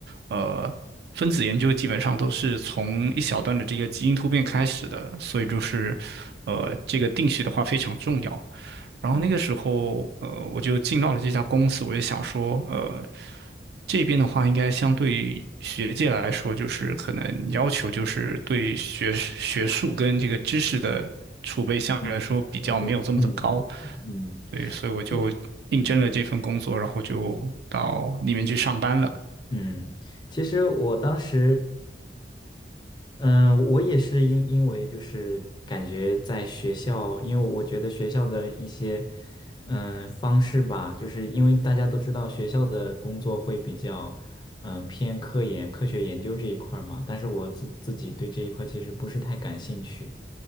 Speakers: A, on the right; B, on the left.
A: 呃，分子研究基本上都是从一小段的这个基因突变开始的，所以就是，呃，这个定序的话非常重要。然后那个时候，
B: 嗯
A: 呃，我就进到了这家公司，我就想说，呃。这边的话，应该相对于学界来说，就是可能要求就是对学学术跟这个知识的储备相对来说比较没有这么的高，
B: 嗯，我觉得嗯，确实，嗯，
A: 对，所以我就应征了这份工作，
B: 这
A: 然后就到里面去上班了。
B: 嗯，其实我当时嗯，我也是因因为就是感觉在学校，因为我觉得学校的一些嗯方式吧，就是因为大家都知道学校的工作会比较嗯偏科研、科学研究这一块儿嘛，但是我自自己对这一块其实不是太感兴趣，